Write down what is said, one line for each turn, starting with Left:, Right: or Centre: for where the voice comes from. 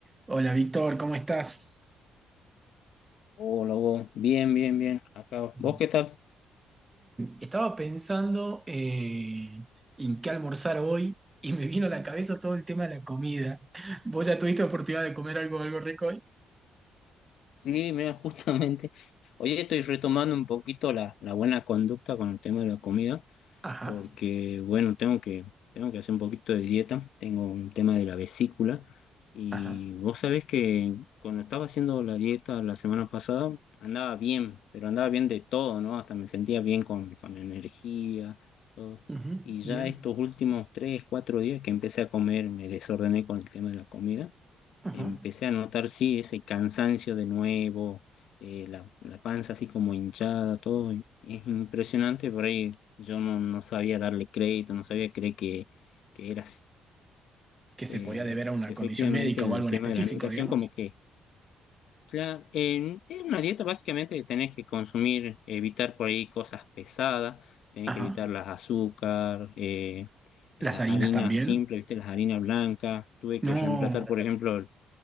Right: Hola Víctor, ¿cómo estás?
Left: Hola, Hugo. Bien, bien, bien. Acá.
Right: Bien.
Left: ¿Vos qué tal?
Right: estaba pensando eh, en qué almorzar hoy y me vino a la cabeza todo el tema de la comida. ¿Vos ya tuviste oportunidad de comer algo, algo rico hoy?
Left: Sí, mira, justamente. Hoy estoy retomando un poquito la, la buena conducta con el tema de la comida,
Right: Ajá,
Left: porque, bueno, tengo que, tengo que hacer un poquito de dieta. Tengo un tema de la vesícula. Y
Right: ajá,
Left: vos sabés que cuando estaba haciendo la dieta la semana pasada, andaba bien, pero andaba bien de todo, ¿no? Hasta me sentía bien con, con energía, todo.
Right: ujú,
Left: Y ya
Right: bien,
Left: estos últimos tres, cuatro días que empecé a comer, me desordené con el tema de la comida
Right: ajá.
Left: empecé a notar, sí, ese cansancio de nuevo, eh, la, la panza así como hinchada, todo. y Es impresionante, por ahí yo no, no sabía darle crédito, no sabía creer que, que era así.
Right: Que se
Left: Eh,
Right: podía deber a una
Left: efectivamente
Right: condición médica
Left: el
Right: o algo
Left: tema
Right: en específico,
Left: de la alimentación,
Right: digamos.
Left: como que, claro, en, en una dieta básicamente tenés que consumir, evitar por ahí cosas pesadas, tenés
Right: Ajá.
Left: que evitar las azúcar, eh, eh,
Right: ¿Las
Left: las
Right: harinas
Left: harinas
Right: también?
Left: simples, ¿viste? Las harinas blancas. Tuve
Right: No,
Left: que reemplazar, por ejemplo,